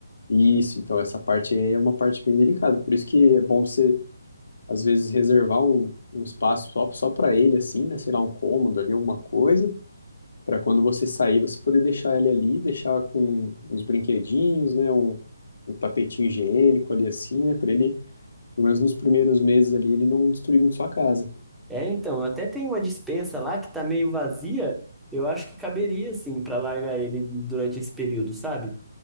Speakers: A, on the left; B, in the centre.
A: Isso, então essa parte aí é uma parte bem delicada, por isso que é bom você, às vezes, reservar um, um espaço só, só para ele, assim, né, sei lá, um cômodo ali, alguma coisa, para quando você sair, você poder deixar ele ali, deixar com uns brinquedinhos, né, um, um tapetinho higiênico ali, assim, né, para ele, pelo menos nos primeiros meses ali, ele não destruir muito sua casa.
B: É, então. Até tem uma despensa lá que tá meio vazia. Eu acho que caberia, assim, pra largar ele durante esse período, sabe?